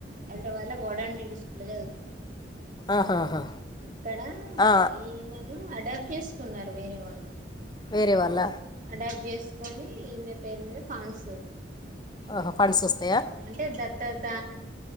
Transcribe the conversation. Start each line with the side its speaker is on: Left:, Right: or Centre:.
Right: హైదరాబాద్ లో వడండి స్కూల్లో చదువుతుంది
Left: ఆహాహా
Right: అక్కడ
Left: ఆ,
Right: ఈమెనూ అడాప్ట్ చేసుకున్నారు వేరే వాళ్ళు
Left: వేరే వాళ్ళ
Right: అడాప్ట్ చేసుకొని ఈమె పేరు మీద ఫంన్డ్స్
Left: అహ ఫండ్స్ వస్తాయా
Right: అంటే దత్తాత